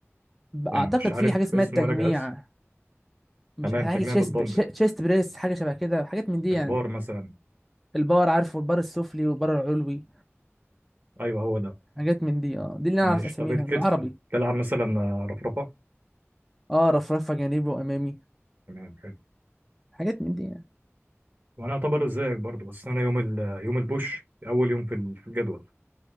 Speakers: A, on the right; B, in the centre.
A: يعني
B: اعتقد
A: مش عارف
B: في حاجه اسمها
A: اسمه
B: التجميع
A: ولا جهاز
B: مش
A: تمام
B: حاجه
A: تجميع
B: تشيست
A: بالدمبل
B: تشيست بريس حاجه شبه كده حاجات من دي يعني
A: البار مثلا
B: البار عارفه البار السفلي والبار العلوي
A: ايوه هو ده
B: حاجات من دي اه دي اللي انا
A: ماشي
B: اعرف اساميها
A: طب الكتف
B: بالعربي
A: تلعب مثلا رفرفه
B: اه رفرفه جانبي وامامي
A: تمام حلو
B: حاجات من دي يعني
A: وانا اعتبر زيك برضه بس انا يوم ال- يوم البوش اول يوم في ال- في الجدول